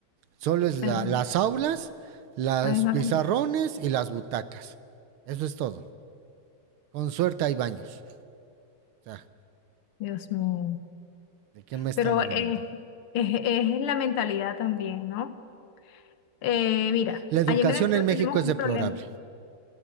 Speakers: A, on the right (about 80°); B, on the left (about 85°).
A: Solo es la,
B: El-
A: las aulas, los
B: la misma
A: pizarrones
B: cantidad.
A: y las butacas. Eso es todo. Con suerte hay baños. O sea,
B: Dios mío.
A: ¿de qué me están
B: Pero
A: hablando?
B: eh, es, es la mentalidad también, ¿no? Eh, mira,
A: La educación
B: allí en Venezuela
A: en México
B: tenemos
A: es
B: un
A: deplorable.
B: problema.